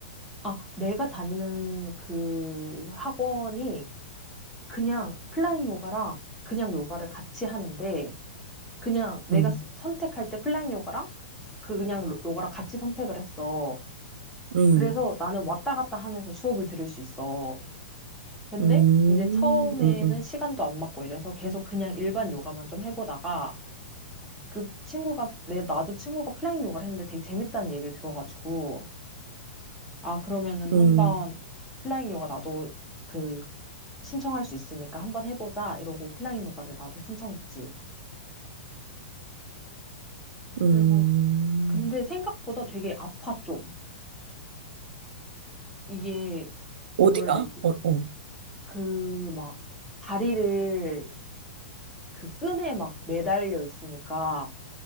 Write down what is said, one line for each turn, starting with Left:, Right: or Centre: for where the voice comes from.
Centre: 아, 내가 다니는 그 학원이 그냥 플라잉 요가랑 그냥 요가를 같이 하는데 그냥 내가
Right: 음,
Centre: 스- 선택할 때 플라잉 요가랑 그 그냥 로- 요가랑 같이 선택을 했어.
Right: 음,
Centre: 그래서 나는 왔다 갔다 하면서 수업을 들을 수 있어. 근데
Right: 음,
Centre: 이제 처음에는
Right: 음, 음,
Centre: 시간도 안 맞고 이래서 계속 그냥 일반 요가만 좀 해보다가 그 친구가 내 나도 친구가 플라잉 요가를 했는데 되게 재밌다는 얘기를 들어가지고 아 그러면은
Right: 음.
Centre: 한번 플라잉 요가 나도 그... 신청할 수 있으니까 한번 해보자 이러고 오프라인 요가를 나도 신청했지.
Right: 음.
Centre: 그래서 근데 생각보다 되게 아파 좀. 이게
Right: 어디가?
Centre: 뭐라 해야 되지?
Right: 어, 어.
Centre: 그 막 다리를 그 끈에 막 매달려 있으니까